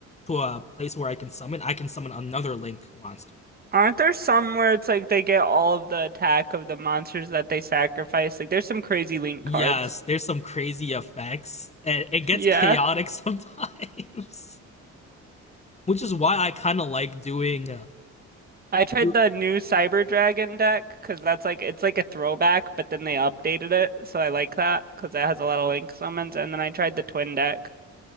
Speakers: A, on the left; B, on the right.
A: to a place where I can summon, I can summon another Link monster.
B: Aren't there some where it's like they get all of the attack of the monsters that they sacrifice? Like there's some crazy link
A: Yes,
B: cards.
A: there's some crazy effects, and it gets
B: Yeah.
A: chaotic sometimes, <laughs> which is why I kind of like doing uh,
B: I tried
A: do
B: the new Cyber Dragon deck because that's like it's like a throwback, but then they updated it, so I like that because it has a lot of link summons. And then I tried the twin deck